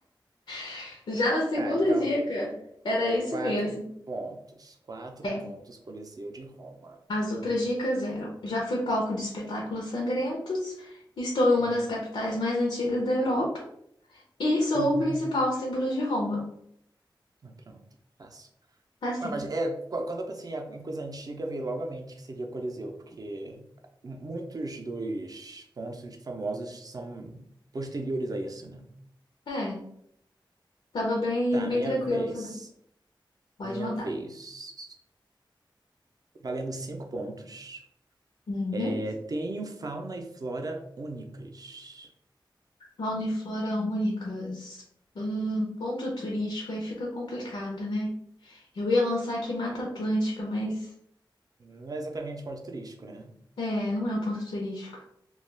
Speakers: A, on the left; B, on the right.
A: <laughs> Já na segunda
B: Tá, então.
A: dica, era isso
B: Quatro
A: mesmo.
B: pontos. Quatro
A: É,
B: pontos, Coliseu de Roma.
A: as outras dicas eram: já fui palco de espetáculos sangrentos, estou em uma
B: Hum.
A: das capitais mais antigas da Europa e sou
B: Uhum.
A: o principal símbolo de Roma.
B: Ah, Pronto, fácil.
A: Tá cinco.
B: Não, mas é, qu- quando eu pensei em em coisa antiga, veio logo à mente que seria Coliseu, porque muitos dos pontos famosos são posteriores a isso, né?
A: É, tava bem,
B: Tá,
A: bem
B: minha
A: tranquilo
B: vez.
A: também. Pode
B: Minha
A: mandar.
B: vez. Valendo cinco pontos.
A: Uhum.
B: É, tenho fauna e flora únicas.
A: Fauna e flora únicas. Hum, ponto turístico aí fica complicado, né? Eu ia lançar aqui Mata Atlântica, mas
B: Não é exatamente ponto turístico, né?
A: é, não é um ponto turístico.